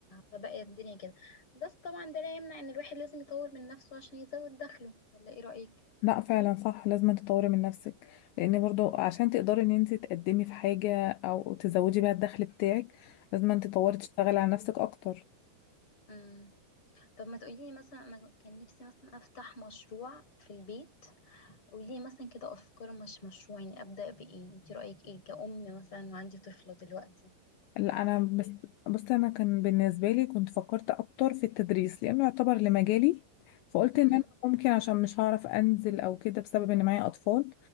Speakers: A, on the left; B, on the left.
A: فبقى الدنيا كده بس طبعا ده لا يمنع ان الواحد لازم يطور من نفسه عشان يزود دخله ولا ايه رأيك
B: لا فعلا صح لازم تطوري من نفسك لان برضه عشان تقدري ان انت تقدمي في حاجه او تزودي بيها الدخل بتاعك لازم انت تطوري تشتغلي على نفسك اكتر
A: امم طب ما تقولي لي مثلا انا كان نفسي مثلا افتح مشروع في البيت قولي لي مثلا كده افكار مش مشروع يعني ابدأ بايه انت رأيك ايه كأم مثلا وعندي طفلة دلوقتي
B: لا انا بس بص انا كان بالنسبه لي كنت فكرت اكتر في التدريس لانه يعتبر لمجالي فقلت
A: امم
B: ان انا ممكن عشان مش هعرف انزل او كده بسبب ان معايا اطفال